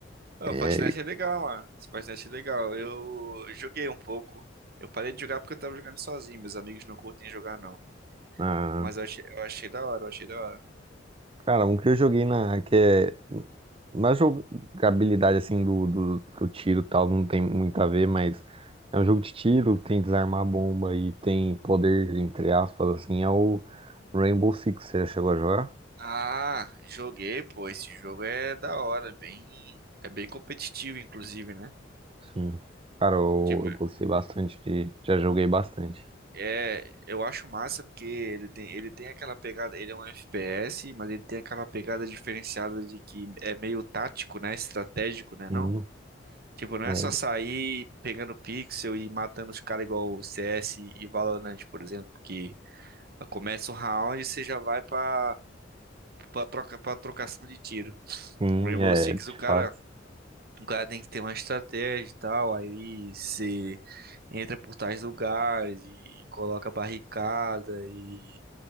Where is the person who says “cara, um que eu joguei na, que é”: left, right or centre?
Right